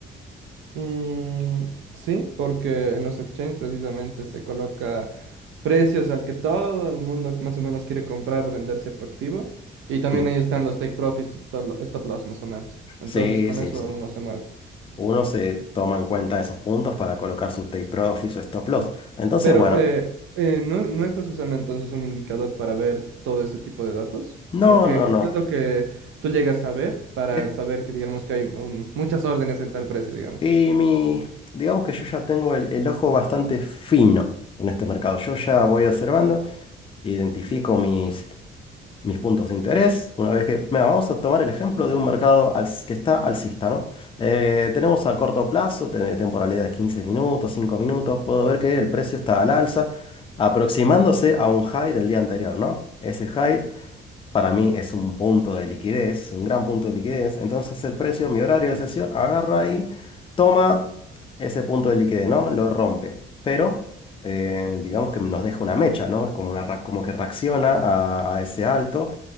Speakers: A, on the right (about 75°); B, on the left (about 25°).
A: Mm, sí, porque en los exchanges precisamente se coloca precios al que todo el mundo más o menos quiere comprar o vender cierto activo. Y también
B: Mm.
A: ahí están los take profits y stop lo- stop loss más o menos. Entonces
B: Sí,
A: con
B: sí,
A: eso
B: sí.
A: uno se mueve.
B: Uno se toma en cuenta esos puntos para colocar su take profit, su stop loss. Entonces,
A: Pero
B: bueno,
A: eh, eh, ¿no, no estás usando entonces un indicador para ver todo ese tipo de datos?
B: no,
A: ¿O qué,
B: no,
A: qué,
B: no.
A: qué es lo que tú llegas a ver para
B: Es-
A: saber que digamos que hay un- muchas órdenes en tal precio, digamos?
B: que mi, digamos que yo ya tengo el, el ojo bastante fino en este mercado. Yo ya voy observando, identifico mis, mis puntos de interés. Una vez que, mira, vamos a tomar el ejemplo de un mercado als- que está alcista, ¿no? Eh, tenemos a corto plazo, te- temporalidad de 15 minutos, 5 minutos. Puedo ver que el precio está al alza, aproximándose a un high del día anterior, ¿no? Ese high Para mí es un punto de liquidez, un gran punto de liquidez. Entonces el precio, mi horario de sesión, agarra y toma ese punto de liquidez, ¿no? Lo rompe. Pero eh, digamos que nos deja una mecha, ¿no? Es como, una, ra- como que reacciona a, a ese alto